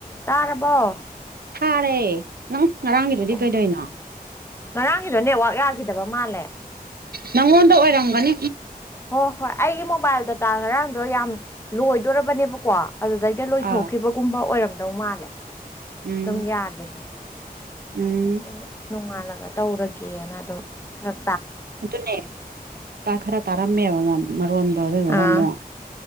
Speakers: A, on the left (about 15°); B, on the right (about 75°).
A: ꯇꯥꯔꯕꯣ
B: ꯊꯥꯔꯦ ꯅꯪ ꯉꯔꯥꯡꯒꯤꯗꯨꯗꯤ
A: ꯑꯣ
B: ꯀꯩꯗꯣꯏꯅꯣ
A: ꯉꯔꯥꯡꯒꯤꯗꯣ ꯅꯦꯠꯋꯥꯛ ꯌꯥꯈꯤꯗꯕ ꯃꯥꯜꯂꯦ
B: ꯅꯪꯉꯣꯟꯗ ꯑꯣꯏꯔꯝꯒꯅꯤ
A: ꯍꯣꯏ ꯍꯣꯏ ꯑꯩꯒꯤ ꯃꯣꯕꯥꯏꯜꯗ ꯇꯥꯡꯉꯔꯥꯡꯗꯣ ꯌꯥꯝ ꯂꯣꯏꯗꯣꯔꯕꯅꯦꯕꯀꯣ ꯑꯗꯨꯗꯩꯗ ꯂꯣꯏꯊꯣꯛꯈꯤꯕꯒꯨꯝꯕ
B: ꯑꯥ
A: ꯑꯣꯏꯔꯝꯗꯧ ꯃꯥꯜꯂꯦ
B: ꯎꯝ
A: ꯑꯗꯨꯝ ꯌꯥꯈꯤꯅꯦ
B: ꯎꯝ
A: ꯑꯩꯅ ꯅꯣꯡꯉꯥꯜꯂꯒ ꯇꯧꯔꯒꯦꯅ ꯑꯗꯨꯝ ꯈꯔꯛ
B: ꯑꯗꯨꯅꯦ ꯈꯔ ꯇꯥꯔꯝꯃꯦꯕ ꯃꯔꯣꯟꯗꯣ ꯑꯗꯨꯗꯨꯒ
A: ꯑꯥ
B: ꯑꯃꯨꯛ